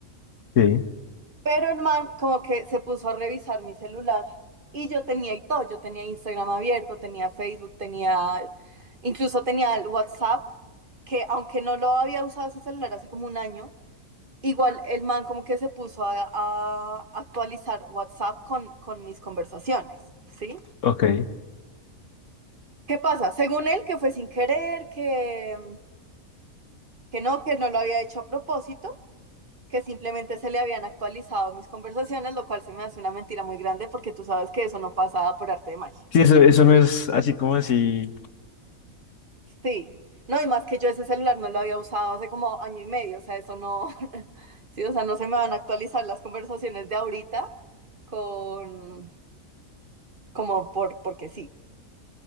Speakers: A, on the left; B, on the right.
A: sí,
B: Pero el man como que se puso a revisar mi celular y yo tenía y todo, yo tenía Instagram abierto, tenía Facebook, tenía, incluso tenía el WhatsApp, que aunque no lo había usado ese celular hace como un año, Igual el man como que se puso a, a actualizar WhatsApp con, con mis conversaciones, ¿sí?
A: ok.
B: ¿Qué pasa? Según él, que fue sin querer, que, que no, que él no lo había hecho a propósito, que simplemente se le habían actualizado mis conversaciones, lo cual se me hace una mentira muy grande porque tú sabes que eso no pasa por arte de magia.
A: Sí, eso, eso no es así como así,
B: Sí, no, y más que yo ese celular no lo había usado hace como año y medio, o sea, eso no, <laughs> sí, o sea, no se me van a actualizar las conversaciones de ahorita con, como por, porque sí.